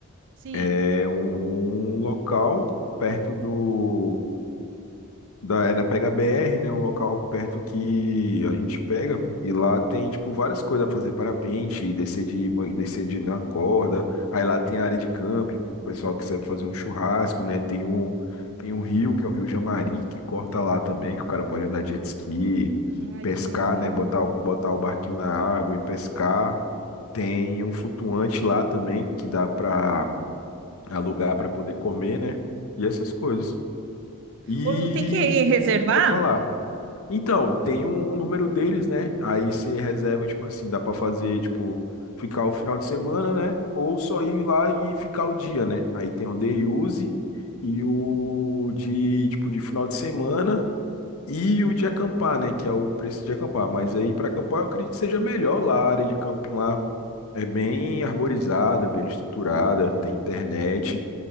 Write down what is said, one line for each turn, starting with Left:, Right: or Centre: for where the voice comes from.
Right: Sim.
Left: É um local perto do Da, é na Pega BR, né? Um local perto que a gente pega. E lá tem, tipo, várias coisas pra fazer. Parapente, descer de, ban- descer de na corda. Aí lá tem a área de camping, pro pessoal que quiser fazer um churrasco, né? Tem um, tem um rio, que é o Rio Jamari, que corta lá também, que o cara pode andar de jet ski,
Right: Ai,
Left: pescar,
Right: que legal.
Left: né? Botar, o- botar o barquinho na água e pescar. Tem um flutuante lá também, que dá pra alugar pra poder comer, né? E essas coisas. E...
Right: Ô, Lu, tem que reservar?
Left: Pode falar. Então, tem um número deles, né? Aí você reserva, tipo assim, dá pra fazer, tipo, ficar o final de semana, né? Ou só ir lá e ficar o dia, né? Aí tem o day use e o de, tipo, de final de semana e o de acampar, né? Que é o preço de acampar. Mas aí pra acampar eu acredito que seja melhor lá, a área de camping lá é bem arborizada, bem estruturada, tem internet